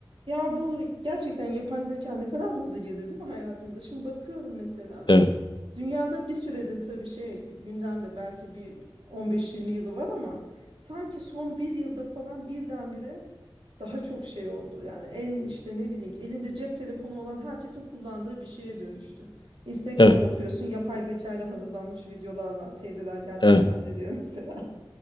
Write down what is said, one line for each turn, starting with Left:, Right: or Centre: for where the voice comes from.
Right: Ya bu gerçekten yapay zeka ne kadar hızlı girdi değil mi hayatımıza? Şimdi bakıyorum mesela
Left: Evet,
Right: dünyada bir süredir tabii şey gündemde belki bir 15-20 yılı var ama sanki son bir yılda falan birdenbire daha çok şey oldu. Yani en işte ne bileyim elinde cep telefonu olan herkesin kullandığı bir şeye dönüştü. Instagram'a
Left: evet,
Right: bakıyorsun yapay zeka ile hazırlanmış videolar var. Teyzeler gerçek
Left: evet,
Right: zannediyor <laughs> mesela.